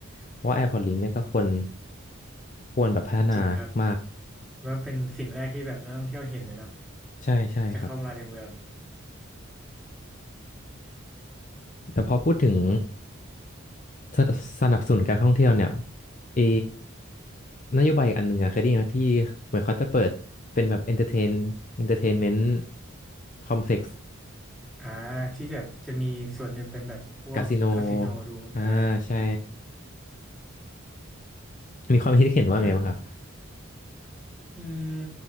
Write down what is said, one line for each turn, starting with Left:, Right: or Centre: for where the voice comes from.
Left: เพราะว่าแอร์พอร์ตลิงเนี่ยก็ควรควรแบบพัฒนามาก
Centre: จริงครับว่าเป็นสิ่งแรกที่แบบนักท่องเที่ยวเห็นเลยเนาะ
Left: ใช่ใช่ครับ
Centre: จะเข้ามาในเมือง
Left: แต่พอพูดถึงสสนับสนุนการท่องเที่ยวเนี่ยเอนโยบายอันหนึ่งอะเคยได้ยินไหมที่เหมือนเขาจะเปิดเป็นแบบเอนเตอร์เทนเอนเตอร์เทนเมนต์คอมเพล็กซ์
Centre: อ่าที่จะจะมีส่วนหนึ่งเป็นแบบพวกคาสิโนดูอ่า
Left: คาสิโนอ่าใช่มีความคิดเห็นว่าไงบ้างครับ
Centre: มันอืม